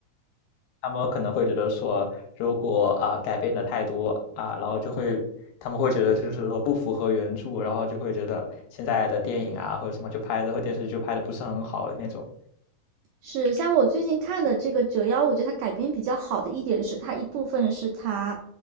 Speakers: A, on the left (about 80°); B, on the right (about 85°).
A: 他们可能会觉得说，如果啊、改变的太多啊、然后就会他们会觉得就是说不符合原著，然后就会觉得现在的电影啊或者什么就拍的或电视剧就拍的不是很好的那种。
B: 是，像我最近看的这个《折腰》，我觉得它改编比较好的一点是，它一部分是它